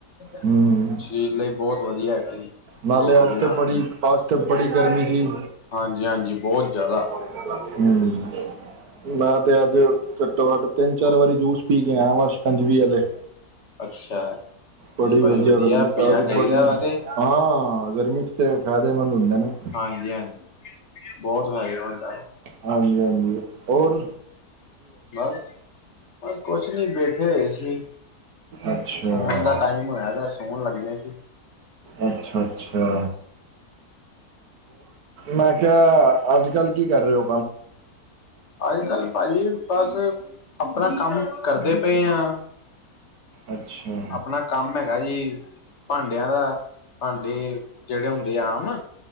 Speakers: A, on the left; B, on the right.
A: ਸਰੀਰ
B: ਹੂੰ
A: ਲਈ ਬੋਤ ਵਦੀਆ ਹੈਗਾ ਜੀ।
B: ਨਾਲੇ
A: ਰੋਟੀ
B: ਅੱਜ
A: ਦੇ ਨਾਲ
B: ਤੇ ਬੜੀ ਫਾਸਟ, ਬੜੀ ਗਰਮੀ ਸੀ।
A: ਹਾਂਜੀ-ਹਾਂਜੀ, ਬੋਤ ਜ਼ਿਆਦਾ।
B: ਹੂੰ ਮੈਂ, ਤੇ ਅੱਜ, ਘੱਟੋ-ਘੱਟ ਤਿੰਨ-ਚਾਰ ਵਾਰੀ ਜੂਸ ਪੀ ਕੇ ਆਇਆ ਵਾ, ਸਿਕੰਜਵੀ ਵਾਲੇ।
A: ਅੱਛਾ ਹੈ
B: ਬੜੀ
A: ਨਹੀਂ ਭਾਜੀ
B: ਵਧੀਆ ਗਰਮੀ,
A: ਪੀਣਾ
B: ਅੱਜ
A: ਚਾਹੀਦਾ
B: ਬੜੀ ਹਾਂ,
A: ਵਾ ਤੇ
B: ਗਰਮੀ ਚ ਤੇ ਫੈਦੇਮੰਦ ਹੁੰਦੇ ਨੇ।
A: ਹਾਂਜੀ-ਹਾਂਜੀ, ਬੋਤ ਫੈਦੇਮੰਦ ਆ ਓ।
B: ਹਾਂਜੀ-ਹਾਂਜੀ, ਹੋਰ?
A: ਬਸ-ਬਸ ਕੁਛ ਨੀ ਬੈਠੇ ਹੋਏ ਸੀ।
B: ਅੱਛਾ
A: ਸੋਣ ਦਾ ਟਾਈਮ, ਹੋਇਆ ਵਾ ਸੋਣ ਲੱਗੇ ਅਸੀ।
B: ਅੱਛਾ-ਅੱਛਾ। ਮੈਂ ਕਿਆ ਅੱਜ-ਕੱਲ੍ਹ ਕੀ ਕਰ ਰਹੇ ਓ?
A: ਅਜ-ਕੱਲ, ਭਾਜੀ ਬਸ ਆਪਣਾ ਕੰਮ ਕਰਦੇ ਪਏ ਆ।
B: ਅੱਛਾ
A: ਆਪਣਾ ਕੰਮ ਹੈਗਾ ਜੀ ਭਾਂਡਿਆਂ ਦਾ ਭਾਂਡੇ, ਜੇੜੇ ਹੁੰਦੇ ਆ ਆਮ।